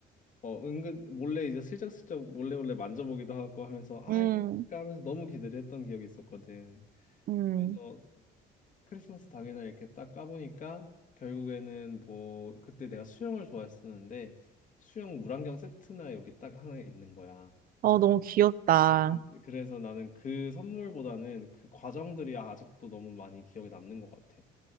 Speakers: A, on the left; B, on the right.
A: 어 은근 몰래 이제 슬쩍슬쩍 몰래 몰래 만져보기도 하고 하면서 아
B: 음,
A: 이거 하면서 너무 기대를 했던 기억이 있었거든.
B: 음,
A: 그래서 크리스마스 당일날 이렇게 딱 까보니까 결국에는 뭐 그때 내가 수영을 좋아했었는데 수영 물안경 세트나 여기 딱 하나 있는 거야.
B: 어, 너무 귀엽다.
A: 이제 그래서 나는 그 선물보다는 그 과정들이 아직도 너무 많이 기억에 남는 것 같아.